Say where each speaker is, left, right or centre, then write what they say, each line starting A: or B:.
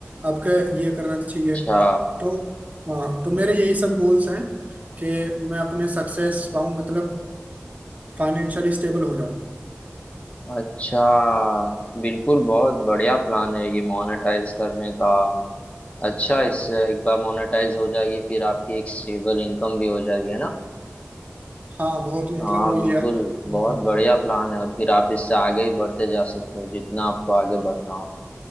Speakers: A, on the right; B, on the left.
A: आपके ये करना चाहिए
B: अच्छा
A: तो हाँ तो मेरे यही सब गोल्स हैं कि मैं अपने सक्सेस पाऊँ मतलब फाइनेंशियली स्टेबल हो जाओ
B: अच्छा बिल्कुल बहुत बढ़िया प्लान है ये मोनेटाइज करने का अच्छा इससे एक बार मोनेटाइज हो जाएगी फिर आपकी एक स्टेबल इनकम भी हो जाएगी है ना
A: हाँ बहुत
B: हाँ
A: मतलब वो
B: बिल्कुल
A: ये है हम्म।
B: बहुत बढ़िया प्लान है और फिर आप इससे आगे ही बढ़ते जा सकते हो जितना आपको आगे बढ़ना हो